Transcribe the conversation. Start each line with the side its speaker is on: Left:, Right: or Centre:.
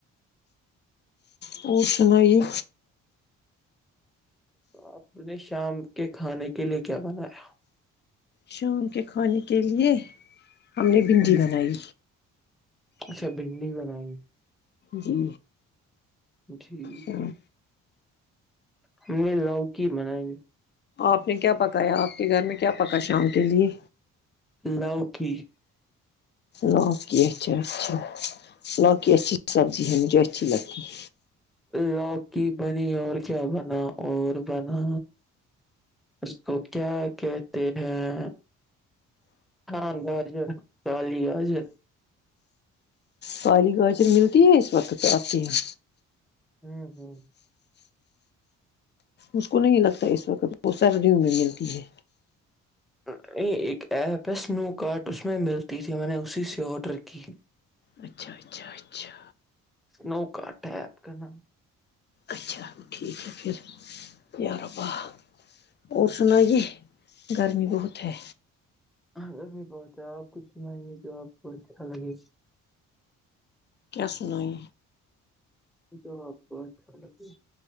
Left: اور سنائیے
Centre: آپ نے شام کے کھانے کے لیے کیا بنایا
Left: شام کے کھانے کے لیے ہم نے بھنڈی
Centre: ہوں،
Left: بنائی
Centre: اچھا بھنڈی بنائی
Left: جی
Centre: ٹھیک
Left: شام
Centre: ہے ہم نے لوکی بنائی گی
Left: آپ نے کیا پکایا آپ کے گھر میں کیا پکا شام کے لیے
Centre: لوکی
Left: لوکی اچھا اچھا لوکی اچھی سبزی ہے مجھے اچھی لگتی ہے
Centre: لوکی بنی اور کیا بنا اور بنا اس کو کیا کہتے ہیں ہاں گاجر کالی گاجر
Left: پہالی گا سے ملتی ہے اس وقت تو آتی ہیں
Centre: ہوں ہوں
Left: اس کو نہیں لگتا ہے اس وقت وہ سر ریوں میں ملتی ہے
Centre: ا ایک ایپ ہے سنو کارٹ اس میں ملتی تھی میں نے اسی سے آرڈر کی
Left: اچھا اچھا اچھا
Centre: سنو کٹ ہےپ کا ن
Left: اچھا ٹھیک پھر یار وپاہ اور سنائیے گرمی بہت ہے
Centre: گرمی بہت ہے آپ کچھ سنائائیے تو آپ کو اچھا لگے
Left: کیا س نوئی
Centre: جو آپ کو اچھا لگے